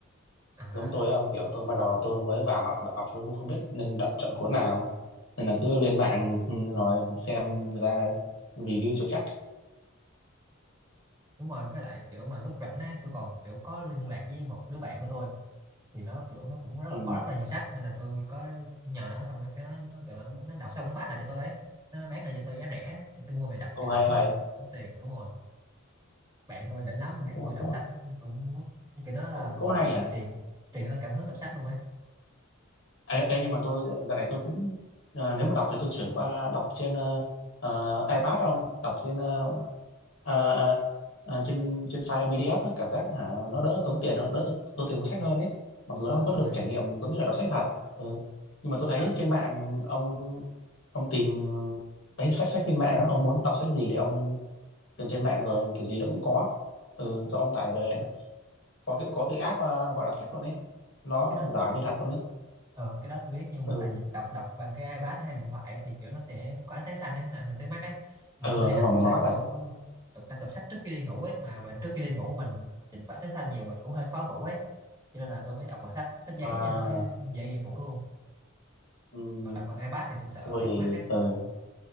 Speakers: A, on the right (about 20°); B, on the left (about 65°).
A: à
B: giống tôi không kiểu tôi bắt đầu tôi mới vào họ đọc tôi cũng không biết nên đọc, chọn cuốn nào nên là cứ lên mạng ừ, rồi xem người ta review cho chắc
A: đúng rồi với lại kiểu mà lúc rảnh ấy tôi còn kiểu có liên lạc với một đứa bạn của tôi thì nó kiểu nó cũng rất là
B: ừ.
A: có rất là nhiều sách nên là tôi có nhờ nó xong rồi cái nó nó kiểu là nó, nó đọc xong nó bắt lại cho tôi ấy nó bán lại cho tôi giá rẻ để tôi mua về đọc
B: Ô
A: cho
B: hay
A: đỡ tốn
B: vậy
A: tốn tiền đúng rồi bạn tôi đỉnh lắm
B: cũng
A: bạn
B: cũng
A: tôi đọc
B: cũng,
A: sách cũng kiểu nó là người
B: cũng, hay
A: gọi
B: nhỉ
A: là truyền truyền cho tôi cảm hứng đọc sách luôn ấy
B: Ê, ê, nhưng mà tôi dạo này tôi cũng ờ, nếu mà đọc thì tôi chuyển qua đọc trên ờ, ờ, iPad không đọc trên ờ, ờ, ờ, trên trên file PDF ấy, cảm giác hả nó đỡ tốn tiền hơn đỡ t- tốn tiền mua sách hơn ấy mặc dù nó
A: đúng
B: không có
A: rồi
B: được trải nghiệm giống như là đọc sách thật ừ. nhưng mà tôi thấy
A: đọc trên
B: trên mạng ông ông tìm mấy sách sách trên mạng á, ông muốn đọc sách gì thì ông tìm trên mạng rồi kiểu gì nó cũng có ừ sau ông tải về có cái có cái app ờ, gọi là sách luôn ấy nó
A: cái đó
B: giả
A: tôi
B: như thật luôn ấy
A: ờ cái đó tôi biết nhưng mà
B: ừ
A: tại vì đọc đọc bằng cái iPad hay điện thoại ấy, thì kiểu nó sẽ có ánh sáng xanh ấy nó ảnh hưởng tới mắt ấy mà
B: ờ
A: tôi hay
B: nó
A: đọc
B: mà
A: sách
B: mà mắt à
A: kiểu đọc đọc, đọc sách trước khi đi ngủ ấy mà mình trước khi đi ngủ mình nhìn ánh sáng xanh nhiều mình cũng hơi khó ngủ ấy cho nên là tôi mới đọc bằng sách sách giấy
B: À,
A: cho nó dễ dễ ngủ luôn
B: ừm,
A: còn đọc bằng iPad thì tôi sợ
B: tôi
A: bị
B: thì
A: mỏi mắt ấy
B: ờ,